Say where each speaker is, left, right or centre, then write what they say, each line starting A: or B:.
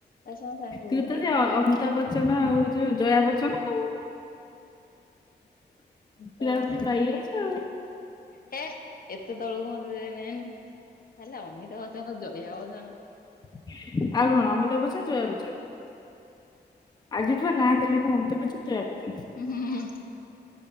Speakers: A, on the left (about 55°); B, on the left (about 25°).
A: ବାସ ମୋ ସ୍ୱାମୀ ବହୁତ
B: ତୁ ତ
A: ହାଇଟ
B: ଯେ ଅମିତା ବଚ୍ଚନ ଆଉ ଯଉ ଜୟା ବଚ୍ଚନ ଆଉ।
A: ତ
B: ପିଲାପିଲି
A: ସେ
B: ପାଇଯାଇଛୁ ଆଉ
A: ହେ ଏତେ ତଳକୁ ମତେ ନେନି କହିଲା ଅମିତା ବଚନ ଜୟା ବଚନ।
B: ଆଉ କଣ ଅମିତା ବଚନ ଜୟା ବଚନ। ଆଜିଠୁ ଏ ନା ଦେଲି ମୁଁ ଅମିତା ବଚନ ଜାୟା ବଚନ।
A: ଉଁ ହୁଁ ହୁଁ ହୁଁ।